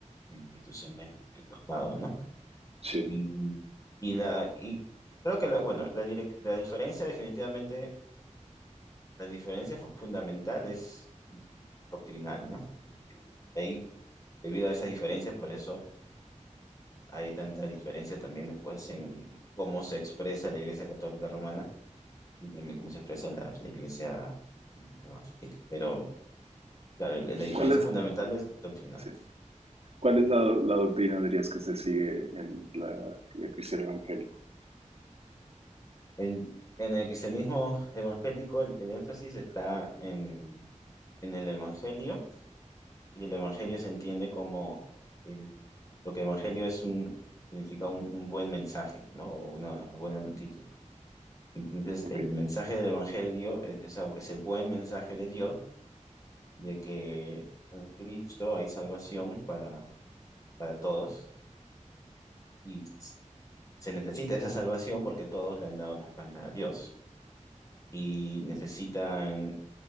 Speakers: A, on the left; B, on the right.
A: en la institución del, del papado, ¿no?
B: sí.
A: Y, y, la, y creo que, la, bueno, la, direc- la diferencia definitivamente, la diferencia fu- fundamental es doctrinal, ¿no? Este, Ahí, debido a esa diferencia, por eso hay tanta diferencia también después en cómo se expresa la Iglesia Católica Romana y también cómo se expresa la, la Iglesia mm, Evangélica. Pero claro, la, la diferencia
B: ¿Cuál es,
A: fundamental es doctrinal.
B: sí. ¿Cuál es la, la doctrina, dirías, que se sigue en la, el cristiano evangélico?
A: En, en el cristianismo evangélico, el, el énfasis está en, en el Evangelio y el Evangelio se entiende como el, lo que Evangelio es un, significa un, un, buen mensaje, ¿no? O una buena noticia. Entonces,
B: okay
A: el mensaje del Evangelio es esa, ese buen mensaje de Dios de que en Cristo hay salvación para, para todos y s- se necesita esa salvación porque todos le han dado la espalda a Dios y necesitan